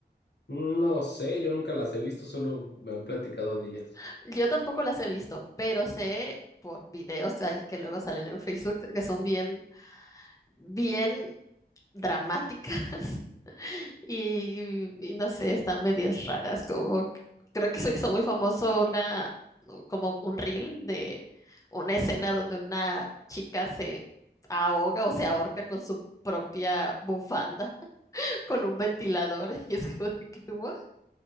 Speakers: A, on the left (about 75°); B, on the left (about 20°).
A: No sé, yo nunca las he visto, solo me han platicado de ellas.
B: <laughs> Yo tampoco las he visto, pero sé por videos ahí que luego salen en Facebook que son bien bien dramáticas <laughs> y, y no sé, están medias raras, como que- creo que se hizo muy famoso una, como un reel de una escena donde una chica se ahoga o se ahorca con su propia bufanda, <laughs> con un ventilador, <laughs> y es como de que, "What?".